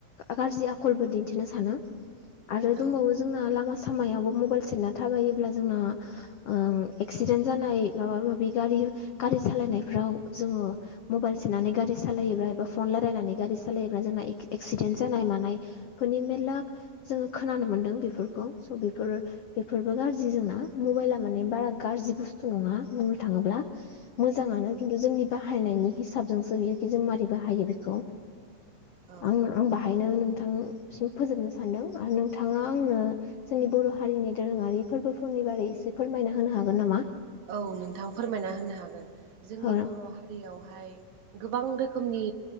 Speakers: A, on the left (about 80°); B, on the right (about 80°).
A: गाज्रि आखलबो दिन्थिनो सानो। आरो
B: औ
A: दंबावो जोंना लामा सामायाव मबाइल सेरना थायो जोंना ओ एकसिदेन्ट जानाय माबा माबि गारि गारि सालायनाफ्राव जोङो मबाइल सेरननानै गारि सालायोब्ला एबा फन रालायनानै गारि सालायोब्ला जोंना एक्सिडेन्ट जानाय मानायफोरनि मेरला जोङो खोनानो मोनदों बेफोरखौ स बेफोर बेफोरबो गाज्रि जोंना मबाइला माने बारा गार जि बुस्थु नङा बुंनो थाङोब्ला। मोजाङानो खिन्थु जोंनि बाहायनायनि हिसाबजोंसो बियोखि जों मारै बाहायो बेखौ
B: औ
A: आं आं बाहायनो होनो। नोंथां फोजोबनो सानदों आरो नोंथाङा आंनो जोंनि बर' हारिनि दोरोङारि फोरबो नि बारै एसे फोरमायना होनो हागोन नामा?
B: औ नोंथां फोरमायना होनो हागोन जोंनि
A: औ
B: बर हारियाव हाय गोबां रोखोमनि